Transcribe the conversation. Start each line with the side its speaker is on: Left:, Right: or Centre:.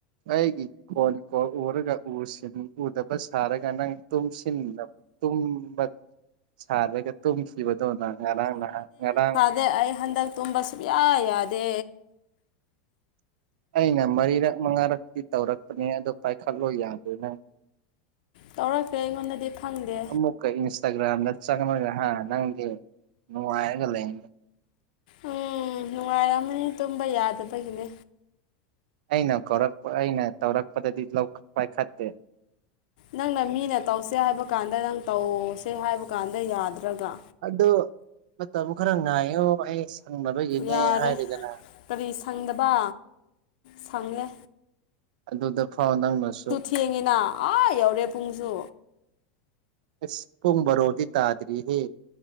Right: ꯑꯩꯒꯤ ꯐꯣꯜ ꯀꯣꯟ ꯎꯔꯒ ꯎꯁꯤꯟ ꯎꯗꯕ ꯁꯥꯔꯒ ꯅꯪ ꯇꯨꯡꯁꯤꯟꯗꯞ ꯇꯨꯝꯕꯠ ꯁꯥꯔꯒ ꯇꯨꯝꯈꯤꯕꯗꯣ ꯅꯪ ꯉꯔꯥꯡ ꯅꯍꯥꯟ ꯉꯔꯥꯡ
Left: ꯑꯗꯩ ꯑꯩ ꯍꯟꯗꯛ ꯇꯨꯝꯕ ꯁꯨꯡꯌꯥ ꯌꯥꯗꯦ
Right: ꯑꯩꯅ ꯃꯔꯤꯔꯛ ꯃꯉꯥꯔꯛꯇꯤ ꯇꯧꯔꯛꯄꯅꯦ ꯑꯗꯨ ꯄꯥꯏꯈꯠꯂꯣ ꯌꯥꯗꯦ ꯅꯪ
Left: ꯇꯧꯔꯛꯇꯦ ꯑꯩꯉꯣꯟꯗꯗꯤ ꯈꯪꯗꯦ
Right: ꯑꯃꯨꯛꯀ ꯏꯟꯁꯇꯥꯒ꯭ꯔꯥꯝꯗ ꯆꯪꯔꯒ ꯍꯥ ꯅꯪꯗꯤ ꯅꯨꯡꯉꯥꯏꯔꯒ ꯂꯩ
Left: ꯎꯝ ꯅꯨꯡꯉꯥꯏꯔꯝꯃꯅꯤ ꯇꯨꯝꯕ ꯌꯥꯗꯕꯒꯤꯅꯦ
Right: ꯑꯩꯅ ꯀꯧꯔꯛꯄ ꯑꯩꯅ ꯇꯧꯔꯛꯄꯗꯗꯤ ꯂꯧ ꯄꯥꯏꯈꯠꯇꯦ
Left: ꯅꯪꯅ ꯃꯤꯅ ꯇꯧꯁꯦ ꯍꯥꯏꯕ ꯀꯥꯟꯗ ꯅꯪ ꯇꯧꯁꯦ ꯍꯥꯏꯕ ꯀꯥꯟꯗ ꯌꯥꯗ꯭ꯔꯒ꯭ꯔꯥ
Right: ꯑꯗꯨ ꯃꯇꯝ ꯈꯔ ꯉꯥꯏꯌꯣ ꯑꯩ ꯁꯪꯅꯕꯒꯤꯅꯦ
Left: ꯌꯥꯔꯦ
Right: ꯍꯥꯏꯔꯗꯅ
Left: ꯀꯔꯤ ꯁꯪꯗꯕ ꯁꯪꯂꯦ
Right: ꯑꯗꯨꯗ ꯐꯥꯎ ꯅꯪꯅꯁꯨ
Left: ꯊꯦꯡꯉꯤꯅ ꯑꯥ ꯌꯧꯔꯦ ꯄꯨꯡꯁꯨ
Right: ꯑꯁ ꯄꯨꯡꯕꯔꯣꯗꯤ ꯇꯥꯗ꯭ꯔꯤꯍꯦ